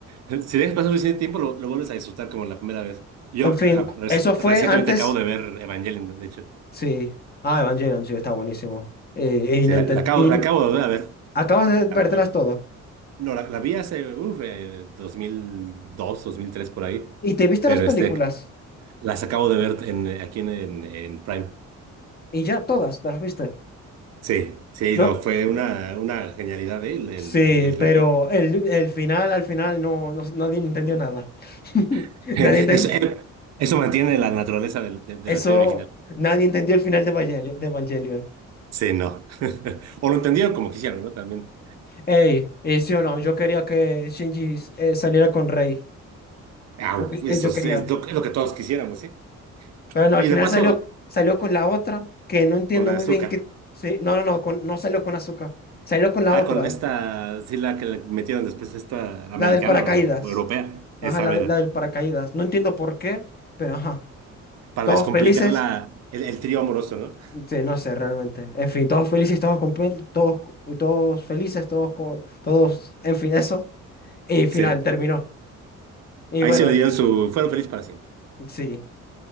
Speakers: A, on the right; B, on the left.
A: Si dejas pasar suficiente tiempo, lo, lo vuelves a disfrutar como la primera vez. Yo
B: En fin,
A: ah, reci-
B: eso
A: recientemente
B: fue antes.
A: acabo de ver Evangelion, de hecho.
B: Sí. Ah, Evangelion, sí, está buenísimo. Eh,
A: Sí,
B: y no
A: la,
B: enten-
A: la acabo,
B: y
A: la acabo de volver a ver,
B: acabas de vértelas
A: tal cual.
B: todo.
A: No, la, la vi hace, uf, eh, 2002, 2003, por ahí.
B: Y te viste
A: Pero
B: las películas.
A: este, las acabo de ver en, aquí en, en, en Prime.
B: Y ya todas, te las viste.
A: Sí, sí,
B: No.
A: no, fue una, una genialidad, eh, el, el,
B: Sí,
A: el- el remake.
B: pero el, el final, al final, no, no- nadie entendió nada. <laughs>
A: <laughs> Eso,
B: Nadie enten-
A: eh, eso mantiene la naturaleza del- de de
B: Eso,
A: la serie original.
B: nadie entendió el final de Evangelion. De Evangelion.
A: Sí, no. <laughs> O lo entendieron como quisieron, ¿no? También.
B: Ey, eh, sí o no, yo quería que Shinji eh, saliera con Rey.
A: Au,
B: Yo, que- eh,
A: eso
B: yo
A: es,
B: quería.
A: es lo, que es lo que todos quisiéramos, ¿sí?
B: Pero no,
A: Y
B: al final
A: de paso,
B: salió, salió con la otra, que no entiendo
A: con azúcar.
B: muy bien qué. Sí, no, no, no, con- no salió con azúcar. Salió con la
A: Ah,
B: otra,
A: con esta, sí, la que le metieron después, esta
B: la
A: americana
B: del paracaídas.
A: o o europea,
B: Ajá,
A: esa
B: la,
A: mera.
B: de- la del paracaídas. No entiendo por qué, pero ajá.
A: Para
B: Todos
A: descomplicar
B: felices.
A: la, el, el trío amoroso, ¿no?
B: Sí, no sé realmente. En fin, todos felices, todos compen- todos, todos felices, todos, co- todos, en fin, eso. Y final
A: Sí.
B: terminó. Y
A: Ahí
B: bueno,
A: se le dieron su. Fueron felices para siempre.
B: sí.